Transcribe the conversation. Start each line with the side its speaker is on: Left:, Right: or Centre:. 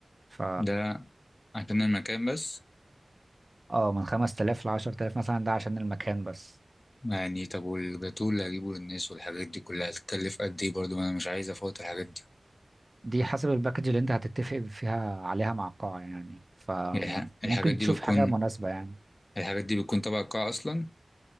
Right: ف
Left: ده عشان المكان بس
Right: اه من خمس تلاف لعشر تلاف مثلا ده عشان المكان بس
Left: يعني طب والجاتوه اللي هجيبه للناس والحاجات دي كلها هتكلف قد ايه برضه ما انا مش عايز افوت الحاجات دي
Right: دي حسب الباكج اللي انت هتتفق فيها عليها مع القاعة يعني فممكن
Left: الح- الحاجات دي
Right: تشوف
Left: بتكون
Right: حاجة مناسبة يعني
Left: الحاجات دي بتكون تبع القاعة اصلا